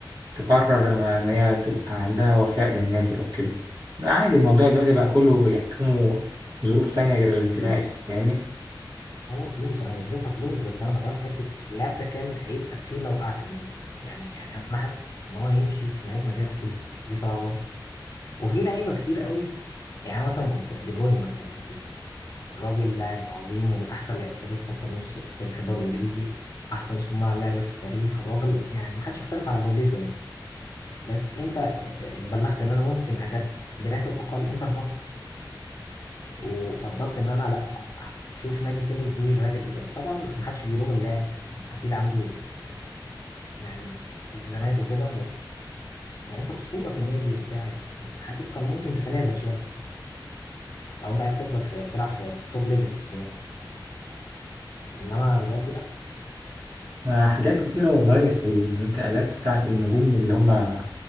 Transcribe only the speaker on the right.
تقرر ما إن هي تبقى عندها وفاء للنادي أو كده عادي الموضوع دلوقتي بقى كله يحكمه ظروف تانية غير الانتماء
يعني فاهمني؟
آه، حاجات كتيرة والله في الانتقالات بتاعة النجوم اللي هم